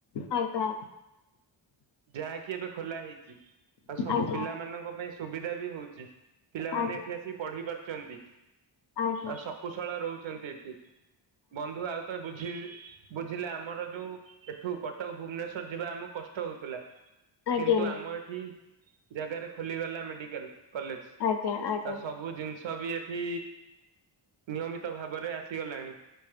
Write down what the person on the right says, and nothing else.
ଯାହାକି ଏବେ ଖୋଲା ହେଇଚି। ଆଉ ସବୁ
ପିଲା ତିଙ୍କ ପାଇଁ ସୁବିଧା ବି ହଉଚି। ପିଲାମାନେ
ଏଠି ଆସି ପଢ଼ି ପାରୁ ଛନ୍ତିି।
ଆଉ ଶକୁଶଳା ରହୁ ଛନ୍ତି ଏଠି। ବନ୍ଧୁ ଆଉଥରେ ବୁଝିବି ବୁଝିଲେ ଆମର ଯୋଉ ଏଠୁ କଟକ ଭୁବନେଶ୍ଵର ଯିବା ଆମକୁ କଷ୍ଟ ହଉଥିଲା।
କିନ୍ତୁ ଆମ ଏଠି ଜାଗାରେ ଖୋଲିଗଲା ମେଡିକାଲ। କଲେଜ
ଆଉ ସବୁ ଜିନି ସବି ଏଠି ନିୟମିତ ଭାବରେ ଆସିଗଲାଣି।